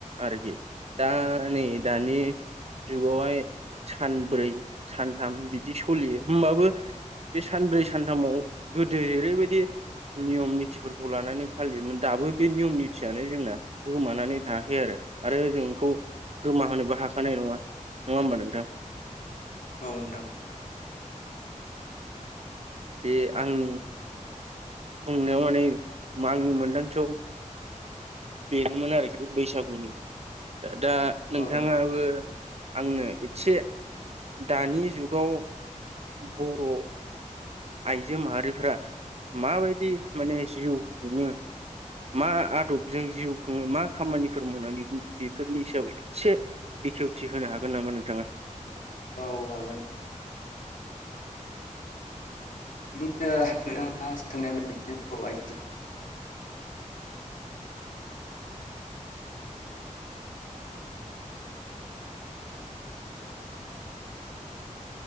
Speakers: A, on the right (about 55°); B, on the left (about 85°).
A: आरोखि दा नै दानि जुगावहाय सानब्रै सानथाम बिदि सलियो होमबाबो बे सानब्रै सानथामाव गोदो जरैबायदि नियम नितफोरखौ लानानै फालियोमोन दाबो बे नियम नितियानो जोंना गोमानानै थायाखै आरो। आरो जोंखौ गोमाहोबो हाखानाय नङा नङा होमबा नोंथां?
B: औ नोंथां।
A: बे आंनि बुंनायाव माने आंनि मोनदांथियाव बेनोमोन आरोखि बैसागुनि दा नोंथाङाबो
B: औ
A: आंनो एसे दानि जुगाव बर' आइजो माहारिफ्रा माबायदि माने जिउ खुङो मा आदबजों जिउ खुङो मा खामानिफोर मावना बेफोरनि सायाव एसे बिखेवथि होनो हागोन नामा नोंथाङा?
B: औ हागोन। बि <unintelligible> नो नोंथां आ सोंनाया <unintelligible> नो बर' आइजो <unintelligible>